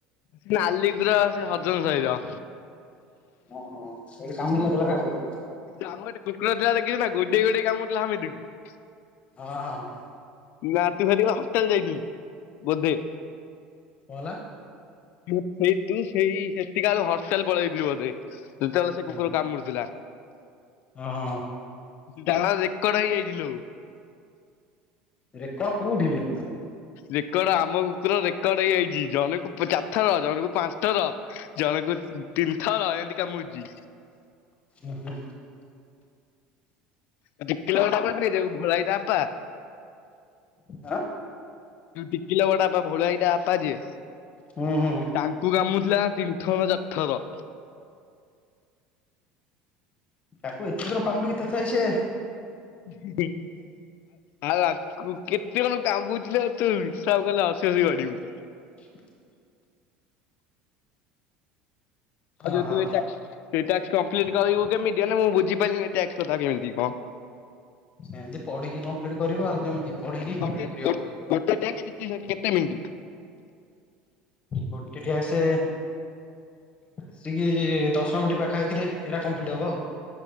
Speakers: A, on the left (about 65°); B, on the left (about 35°).
A: ସେ ନାଲି ପୂର ସେ ହରିଜନ ସାହିର
B: ଓହୋ ସେଇଠି କାମୁଡ଼ି ନଥିଲା କାହାକୁ ଗୋଟେ
A: ଆମର ଗୋଟେ କୁକୁର ଥିଲା ଦେଖିଚି ନା ଗୋଡେଇ ଗୋଡେଇ କାମଡୁଥିଲା ସମସ୍ତିକୁ।
B: ହଁ ଅ।
A: ନାଁ ତୁ ସେତିକି ବୋଳେ ହଷ୍ଟେଲ ଯାଇଥିଲୁ ବୋଧେ?
B: କଣ ହେଲା?
A: <unintelligible> ସେଇ ତୁ ସେଇ ସେତିକା ବେଳକୁ ହଷ୍ଟେଲ ପଳେଇଥିଲୁ ବୋଧେ। ଯେତେବେଳେ ସେ
B: ହୁଁ
A: କୁକୁର କାମୁଡୁଥିଲା।
B: ଓହୋ
A: ତାର ରେକର୍ଡ ହେଇଯାଇଚିଲୋ।
B: ରେକର୍ଡ କୋଉଠି ବେ?
A: ରେକର୍ଡ ଆମ କୁକୁର ରେକର୍ଡ ହେଇଯାଇଚି ଜଣୁକୁ ଚାରି ଥର ଜଣକୁ ପାଞ୍ଚ ଥର ଜଣକୁ ତିନିଥର ଏମିତି କାମୁଡିଚି।
B: ଉଁ ହୁଁ।
A: <unintelligible> ଯୋଉ ଭୋଳା ଭାଇ ତା ବାପା।
B: ଆଁ।
A: ଯୋଉ ଟିକିଲା ବଡବାପା ଭୋଳା ଭାଇ ତା ବାପା ଯିଏ
B: ହୁଁ ହୁଁ
A: ତାଙ୍କୁ କାମୁଡିଥିଲା ଟି ଥର ଚାରିଥର
B: ତାକୁ ଏତେ ଥର କାମୁଡିକି ତଥାପି ସିଏ
A: <unintelligible> ଆଉ ଆକୁ କେତେ ଜଣଙ୍କୁ କାମୁଥିଲ ତୁ ହିସାବ କଲେ ହସି ହସି ଗଡିବୁ।
B: <inaudible>
A: ଆଉ
B: ଓହୋ
A: ଯୋଉ ତୁ ଏଟା ସେଇ ଟାକ୍ସ କମ୍ପଲିଟି କରିବୁ କେମିତି ମାନେ ମୁଁ ବୁଝିପାରିଲିନି ଟ୍ୟାକ୍ସ କଥା କେମିତି କଣ?
B: ସେମତି ପଢିକି କମ୍ପ୍ଲିଟ କରିବୁ ଆଉ କେମିତି ପଢିକି
A: ଗୋଟେ
B: କମ୍ପଲିଟି କରି ହବ।
A: ଗୋଟେ ଟାକ୍ସ କେତେ କେତେ ମିନିଟ୍?
B: ଗୋଟେ ଟ୍ୟାକ୍ସ ଆସିକି ଦଶ ମିନିଟ ପାଖାପାଖି ରେ ଏରା କମ୍ପ୍ଲିଟ ହବ ଆଉ।